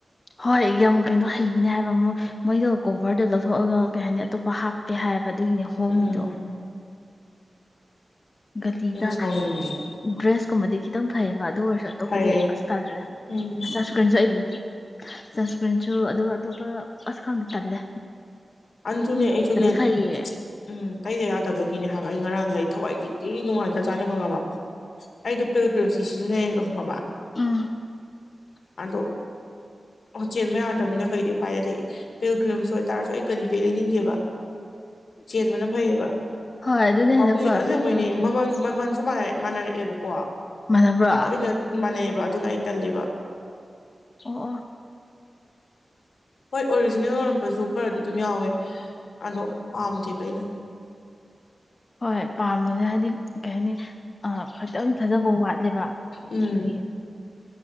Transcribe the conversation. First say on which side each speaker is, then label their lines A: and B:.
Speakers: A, on the left; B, on the left.
A: ꯍꯣꯏ ꯌꯥꯝ ꯀꯩꯅꯣ ꯍꯩꯒꯅꯦ ꯍꯥꯏꯕ ꯑꯃ ꯃꯣꯏꯗꯣ ꯀꯣꯚꯔꯗꯣ ꯂꯧꯊꯣꯛꯑꯒ ꯀꯩ ꯍꯥꯏꯅꯤ ꯑꯇꯣꯞꯄ ꯍꯥꯞꯇꯦ ꯍꯥꯏꯕ ꯑꯗꯨꯒꯤꯅꯦ ꯍꯣꯡꯉꯤꯗꯣ
B: ꯎꯝ
A: ꯒꯥꯗꯤꯗ
B: ꯑꯩꯗꯤ ꯁꯥꯎꯅꯤꯡꯉꯦ
A: ꯗ꯭ꯔꯦꯁ ꯀꯨꯝꯕꯗꯤ ꯈꯤꯇꯪ ꯐꯩꯌꯦꯕ ꯑꯗꯨ ꯑꯣꯏꯔꯁꯨ ꯑꯇꯣꯞꯄꯗꯤ
B: ꯐꯩꯌꯦ
A: ꯑꯁ ꯇꯜꯂꯦ
B: ꯎꯝ
A: ꯑꯁ ꯁꯟꯁꯀ꯭ꯔꯤꯟꯁꯨ ꯑꯩ ꯁꯟꯁꯀ꯭ꯔꯤꯟꯁꯨꯁꯨ ꯑꯗꯨ ꯑꯇꯣꯞ ꯍꯁꯀꯥꯇꯥꯔꯗꯦ
B: ꯑꯗꯨꯟꯅꯦ ꯑꯩꯁꯨꯅꯦ
A: ꯐꯩꯌꯦ
B: ꯎꯝ ꯇꯩꯗ ꯌꯥꯗꯕꯒꯤꯅꯦ ꯍꯥꯏꯕ ꯑꯩ ꯉꯔꯥꯡ ꯂꯩ ꯊꯋꯥꯏꯗꯤꯗꯤ ꯅꯨꯡꯉꯥꯏꯇꯖꯥꯠꯅꯤ ꯈꯪꯉꯕ ꯑꯩꯗꯣ ꯄꯤ ꯄꯣ ꯁꯤ ꯁꯤꯖꯤꯟꯅꯩꯕ ꯈꯪꯉꯕ
A: ꯎꯝ
B: ꯑꯗꯣ ꯆꯦꯟꯕ ꯌꯥꯗ꯭ꯔꯅꯤꯅ ꯀꯩꯗꯤ ꯎ ꯄꯥꯏꯔ ꯂꯩ ꯀ꯭ ꯑꯣꯏꯇꯥꯥꯔꯁꯨ ꯑꯩ ꯀꯔꯤꯗꯩ ꯂꯩꯅꯤꯡꯒꯦꯕ ꯆꯦꯟꯕꯅ ꯐꯩꯌꯦꯕ
A: ꯍꯣꯏ ꯑꯗꯨꯅ
B: ꯄꯥꯝꯕꯨ
A: ꯍꯦꯟꯅ ꯐꯕꯅꯦ
B: ꯑꯗꯨ ꯃꯩꯅꯦ
A: ꯕꯦꯜꯖꯤꯌꯝꯒꯤꯁꯦ
B: ꯃꯃꯜ ꯃꯃꯜꯁꯨꯅꯔꯦ <unintelligible>
A: ꯃꯥꯟꯅꯕ꯭ꯔꯣ ꯑꯣ
B: ꯑꯗꯣ ꯑꯩꯅ ꯃꯅꯦ ꯑꯗꯨꯅ ꯑꯩ ꯇꯜꯂꯤꯕ
A: ꯑꯣ
B: ꯍꯣꯏ ꯑꯣꯔꯤꯖꯤꯅꯦꯜ ꯑꯣꯏꯔꯝꯕꯁꯨ ꯈꯔꯗꯤ ꯑꯗꯨꯝ ꯌꯥꯎꯋꯦ ꯑꯗꯣ ꯄꯥꯝꯗꯦꯕ ꯑꯩꯅ
A: ꯍꯣꯏ ꯄꯥꯝꯗꯨꯅꯦ ꯍꯥꯏꯗꯤ ꯀꯅꯤ ꯑ ꯈꯇꯪ ꯊꯥꯖꯕ ꯋꯥꯠꯂꯦꯕ ꯑꯗꯒꯤ
B: ꯎꯝ